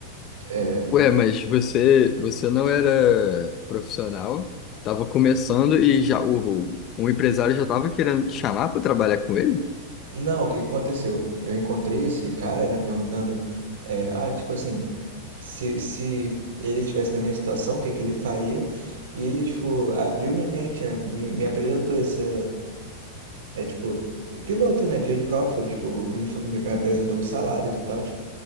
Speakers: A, on the right (about 75°); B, on the left (about 40°).
A: É,
B: Ué, mas você, você não era profissional, estava começando e já o, um empresário já estava querendo te chamar para trabalhar com ele?
A: Não, o que aconteceu? Eu encontrei esse cara, né, perguntando, é, ah, tipo assim, se, se ele estivesse na minha situação, o que é que ele faria? E ele, tipo, abriu minha mente, né, me, me apresentou essa, é, tipo, piloto, né, de helicóptero, tipo, me, fa- me apresentou os salários e tal.